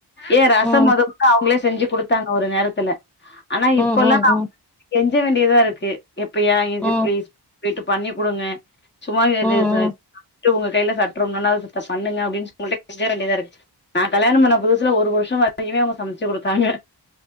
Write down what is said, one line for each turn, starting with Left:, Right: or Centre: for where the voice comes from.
Left: ஏ ரசம்
Centre: ம் ம்
Left: மொதகொண்டு அவ்ங்ளே செஞ்சு குடுத்தாங்க ஒரு நேரத்துல ஆனா
Centre: ம்
Left: இப்பொலா
Centre: ம்
Left: நா வந்து கெஞ்ச வேண்டியதாருக்கு எப்பியா இது
Centre: ம்
Left: ப்ளீஸ் பேய்ட்டு பண்ணி குடுங்க சும்மா <unintelligible>
Centre: ம்
Left: ரி ச
Centre: ம்
Left: ட்டு உங்க கைல சட்றும்மன்னா அத செத்த பண்ணுங்க அப்டின் உங்குள்ட கெஞ்ச வேண்டியதாருக் நா கல்யாண பண்ண புதுசுல ஒரு வர்ஷ்ம் வரகிமே அவ்ங்க சமச்சி குடுத்தாங்க